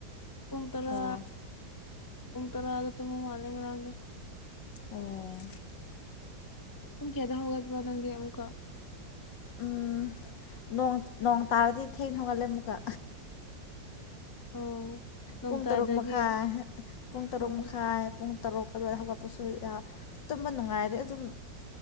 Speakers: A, on the left; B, on the left.
A: ꯄꯨꯡ ꯇꯔꯥ
B: ꯑꯣ
A: ꯄꯨꯡ ꯇꯔꯥꯗ ꯇꯨꯝꯕ ꯃꯥꯜꯂꯦ ꯉꯔꯡꯗꯣ
B: ꯑꯣ
A: ꯄꯨꯡ ꯀꯌꯥꯗ ꯍꯧꯒꯠꯄ꯭ꯔꯣ ꯅꯪꯗꯤ ꯑꯃꯨꯛꯀꯥ
B: ꯎꯝ ꯅꯣꯡ ꯅꯣꯡ ꯇꯥꯔꯗꯤ ꯊꯦꯡꯅ ꯍꯧꯒꯠꯂꯦ ꯑꯃꯨꯛꯀ
A: ꯑꯣ ꯅꯣꯡ
B: ꯄꯨꯡ
A: ꯇꯥꯗ꯭ꯔꯗꯤ
B: ꯇꯔꯨꯛ ꯃꯈꯥꯏ ꯄꯨꯡ ꯇꯔꯨꯛ
A: ꯑꯣ
B: ꯃꯈꯥꯏ ꯄꯨꯡ ꯇꯔꯨꯛ ꯑꯗꯨꯋꯥꯏꯗ ꯍꯧꯒꯠꯄꯁꯨ ꯌꯥꯎ ꯇꯨꯝꯕ ꯅꯨꯡꯉꯥꯏꯔꯗꯤ ꯑꯗꯨꯝ